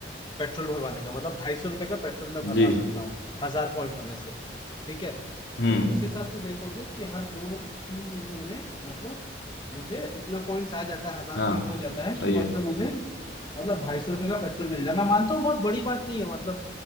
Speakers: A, on the left; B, on the left.
A: पेट्रोल भरवाने का मतलब ढाई सौ रुपये का पेट्रोल मैं भरवा
B: जी
A: सकता हूँ हजार पॉइंट होने से ठीक है
B: हम्म
A: तो उस हिसाब से देखोगे कि हर दो तीन महीने में मतलब मुझे इतना पॉइंट्स आ जाता है हजार
B: हाँ
A: पॉइंट हो जाता है
B: सही
A: कि मतलब
B: है
A: मुझे मतलब ढाई सौ रुपये का पेट्रोल मिल जाए मैं मानता हूँ बहुत बड़ी बात नहीं है मतलब